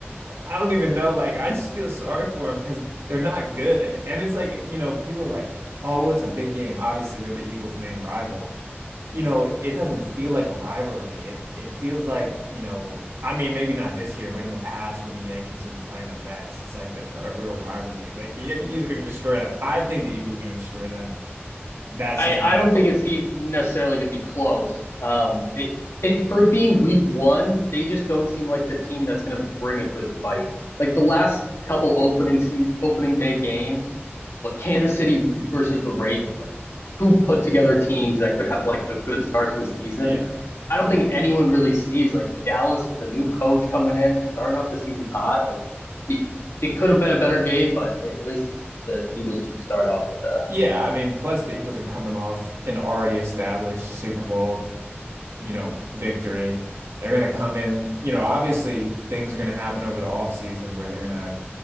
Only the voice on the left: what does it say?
I,
I don't
think it's even necessarily going to be close. Um, it, it, for it being week one, they just don't seem like the team that's going to bring a good fight. Like the last couple opening se- opening day games, but Kansas City versus the Ravens, like two put together teams that could have like a good start to the season.
I don't think anyone really sees like Dallas with the new coach coming in, starting off the season hot. Like it, it could have been a better game, but at least the Eagles should start off with a
decent